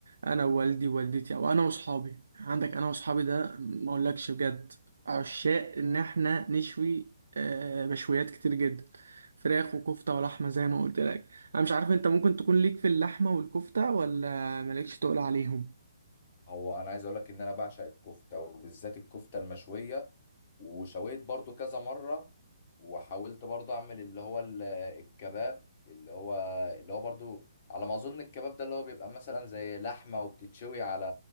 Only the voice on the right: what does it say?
أنا ووالدي ووالدتي أو أنا وأصحابي عندك أنا وأصحابي ده ما أقولكش بجد عشاق إن إحنا نشوي آه مشويات كتير جدا فراخ وكفتة ولحمة زي ما قلت لك أنا مش عارف أنت ممكن تكون ليك في اللحمة والكفتة ولا مالكش تقول عليهم